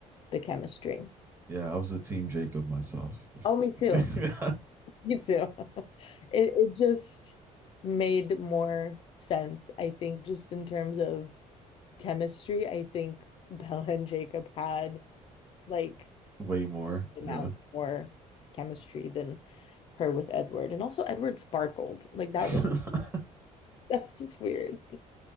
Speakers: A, on the left (about 40°); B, on the right (about 15°).
A: the chemistry.
B: Yeah. I was a team Jacob myself.
A: Oh, me too.
B: <laughs>
A: Me too. <laughs> It it just made more sense, I think, just in terms of chemistry. I think Bella and Jacob had like
B: Way more.
A: amount
B: Yeah.
A: more chemistry than her with Edward. And also Edward sparkled. Like that
B: <laughs>
A: was <laughs> that's just weird.